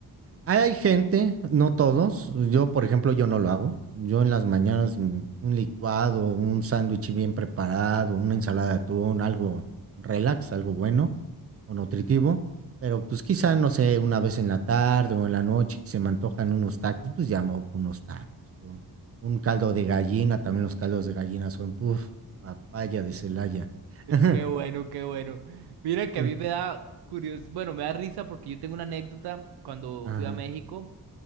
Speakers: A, on the right (about 40°); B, on the right (about 80°).
A: Hay gente, no todos, yo por ejemplo, yo no lo hago. Yo en las mañanas mm, un licuado, un sándwich bien preparado, una ensalada de atún, algo relax, algo bueno o nutritivo. Pero pues quizá, no sé, una vez en la tarde o en la noche que se me antojan unos tacos, pues ya me voy por unos tacos. O un caldo de gallina, también los caldos de gallina son, puff, papaya de Celaya. <laughs>
B: Qué bueno, qué bueno. Mira que
A: En-
B: a mí me da curiosidad, bueno, me da risa porque yo tengo una anécdota cuando
A: Ajá,
B: fui a México.